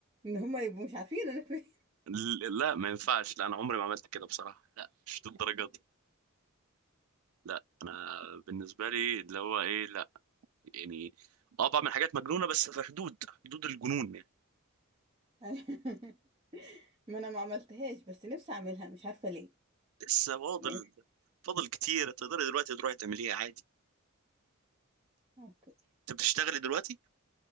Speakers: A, on the right; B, on the right.
A: ان هم يبقوا مش عارفين انا فين
B: ل- لا ما ينفعش لا انا عمري ما عملت كده بصراحه لا مش دي الدرجه دي لا انا بالنسبه لي اللي هو ايه لا يعني اه بعمل حاجات مجنونه بس في حدود حدود الجنون يعني
A: <laughs> ما انا ما عملتهاش بس نفسي اعملها مش عارفه ليه
B: لسه فاضل
A: يعني
B: فاضل كتير تقدري دلوقتي تروحي تعمليها عادي
A: اوكي
B: انت بتشتغلي دلوقتي